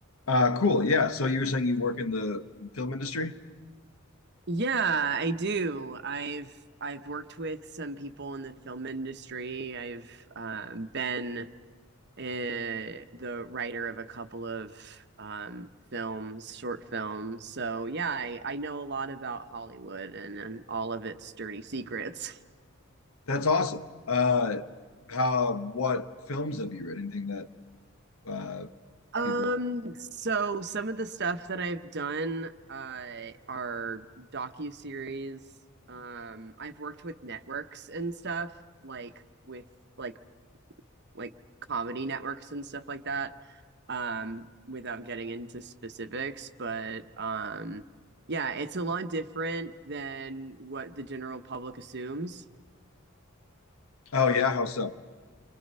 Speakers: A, on the left (about 85°); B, on the right (about 55°).
A: Uh, cool. Yeah. So you were saying you work in the film industry?
B: Yeah, I do. I've I've worked with some people in the film industry. I've um, been uh, the writer of a couple of um, films, short films. So yeah, I, I know a lot about Hollywood and, and all of its dirty secrets. <laughs>
A: That's awesome. Uh, how, what films have you read? Anything that uh
B: Um,
A: people?
B: so some of the stuff that I've done uh, are docuseries. Um, I've worked with networks and stuff like with like like comedy networks and stuff like that um without getting into specifics but um yeah it's a lot different than what the general public assumes
A: Oh yeah. How so?